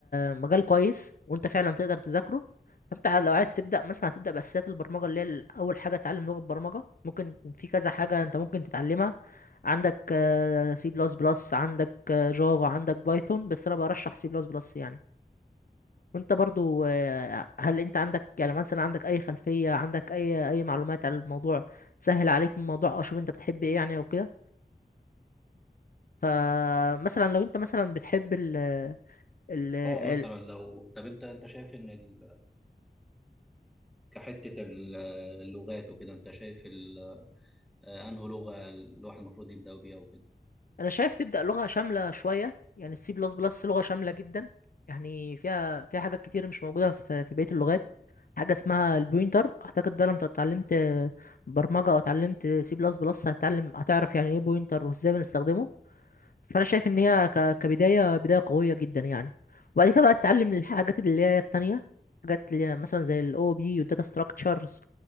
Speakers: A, on the left; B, in the centre.
A: مجال كويس وانت فعلا تقدر تذاكره فانت لو عايز تبدا مثلا هتبدا باساسيات البرمجه اللي هي اول حاجه تتعلم لغه برمجه ممكن في كذا حاجه انت ممكن تتعلمها عندك سي بلس بلس عندك آه، جافا عندك بايثون بس انا برشح سي بلس بلس يعني وانت برضو آه، هل انت عندك يعني مثلا عندك اي خلفيه عندك اي اي معلومات عن الموضوع سهل عليك الموضوع او شوف انت بتحب ايه يعني او كده فمثلا لو انت مثلا بتحب ال ال-
B: أه مثلا
A: ال-
B: لو طب أنت أنت شايف إن ال... كحتة ال- اللغات وكده انت شايف ال- انه لغة الواحد المفروض يبدأ بيها وكده
A: انا شايف تبدا لغه شامله شويه يعني السي بلس بلس لغه شامله جدا يعني فيها فيها حاجات كتير مش موجوده في في بقيه اللغات حاجه اسمها البوينتر اعتقد ده لما اتعلمت برمجه او اتعلمت سي بلس بلس هتتعلم هتعرف يعني ايه بوينتر وازاي بنستخدمه فانا شايف ان هي ك... كبدايه بدايه قويه جدا يعني وبعد كده بقى تتعلم الحاجات اللي هي التانية حاجات اللي هي مثلا زي الاو بي والداتا ستراكشرز